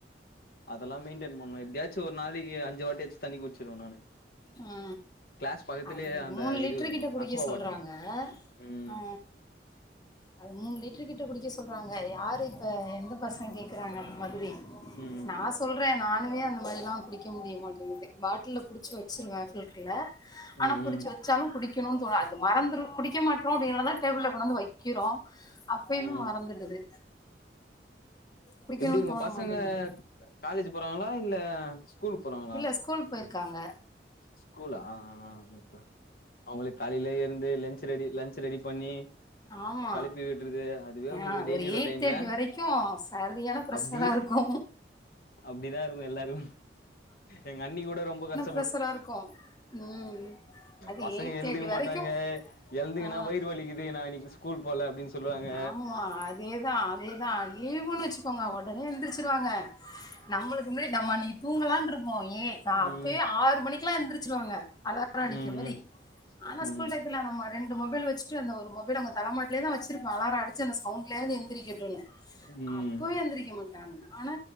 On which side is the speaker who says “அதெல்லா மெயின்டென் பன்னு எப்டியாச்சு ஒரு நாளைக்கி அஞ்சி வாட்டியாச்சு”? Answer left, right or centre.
Left